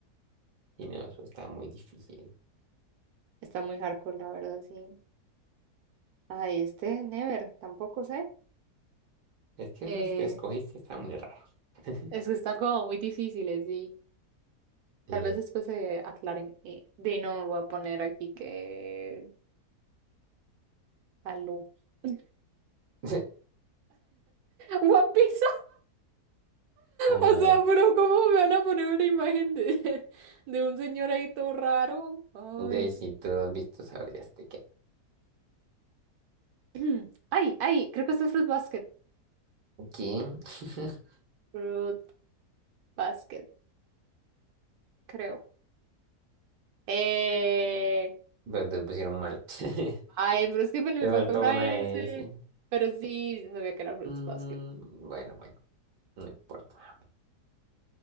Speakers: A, on the right; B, on the right.
A: Y no, eso está muy difícil.
B: Está muy hardcore, la verdad, sí. Ay, este, Never, tampoco sé.
A: Es que esos
B: Eh,
A: que escogiste están muy raros. <laughs>
B: es que están como muy difíciles y
A: Sí.
B: tal vez después se aclaren. Eh, Dino, voy a poner aquí que... Aló. <laughs>
A: <laughs>
B: One Piece.
A: A ver,
B: O sea, pero ¿cómo me van a poner una imagen de, <laughs> de un señor ahí todo raro? Ay.
A: de si tú has visto, sabrías de qué.
B: <clears throat> Ay, ay, creo que esto es Fruit Basket.
A: ¿Quién? <laughs>
B: Fruit Basket, creo. Eh,
A: Pero te pusieron mal. <laughs>
B: ay, pero es que me, me
A: Te faltó
B: faltó una
A: una
B: S.
A: S.
B: Pero sí, yo sabía que era Fruit
A: Mm,
B: Basket.
A: bueno, bueno, no importa.